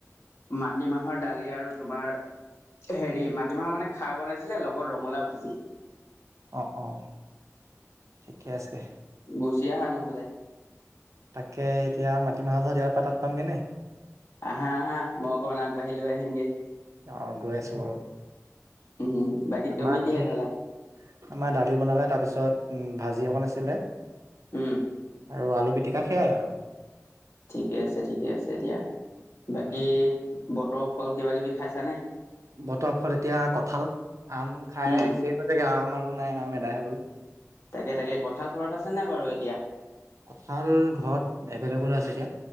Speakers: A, on the left (about 60°); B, on the right (about 75°).
A: মাটিমাহৰ দালি আৰু তোমাৰ। হেৰি মাটিমাহৰ মানে খাৰ বনাইছিলে লগৰ ৰঙালাও ভাজি।
B: অ অ ঠিকে আছে।
A: গুচি আহা নহ'লে।
B: তাকে এতিয়া মাটিমাহ ঘত এয়া পা তাত পামগে নে।
A: আহা আহা মই অকমান আগবাঢ়ি লৈ আহিমগে।
B: অহ গৈ আছো ৰ।
A: উম। বাকী
B: আমাৰ
A: তুমি কিহে
B: সেই
A: খালা
B: আমাৰ দালি বনালে তাৰপিছত ভাজি অকণ আছিলে।
A: উ।
B: আৰু আলু পিটিকা সেইয়াই আৰু।
A: ঠিকে আছে ঠিকে আছে দিয়া। বাকী
B: উম
A: বতৰৰ ফল কিবা কিবি খাইছা নে?
B: বতৰ ফল এতিয়া কঠাল আম খাই
A: উম
B: শেষ হৈছে গে, আম আৰু নাই আম এদাই হৈ গ'ল।
A: তাকে তাকে কঁঠাল ঘৰত আছে নাই বাৰু এতিয়া?
B: কঁঠাল ঘৰত এভেলেবল হৈ আছে এতিয়া।